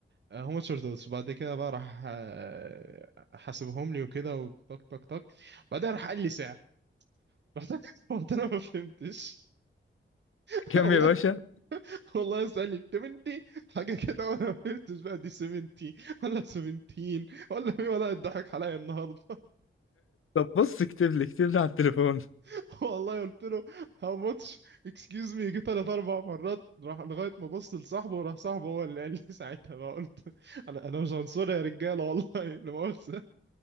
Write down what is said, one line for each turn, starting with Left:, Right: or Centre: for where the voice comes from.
Right: هاو ماتش ار ذوز بعد كده بقى راح آه، حاسبهم لي وكده وطك طك طك بعدين راح قال لي سعر رحت <laughs> رحت انا ما فهمتش <laughs>
Left: كم
Right: والله
Left: يا باشا
Right: والله اسأل لي 70 حاجة كده <laughs> وانا ما فهمتش بقى دي 70 ولا 17 ولا ايه ولا اتضحك عليا النهارده
Left: طب بص اكتب لي اكتب لي على التليفون
Right: <laughs> والله قلت له هاو ماتش اكسكيوز مي جه ثلاث اربع مرات راح لغاية ما بص لصاحبه وراح صاحبه هو اللي قال لي <laughs> ساعتها بقى قلت انا انا مش عنصري يا رجالة والله <laughs> لا مؤاخذة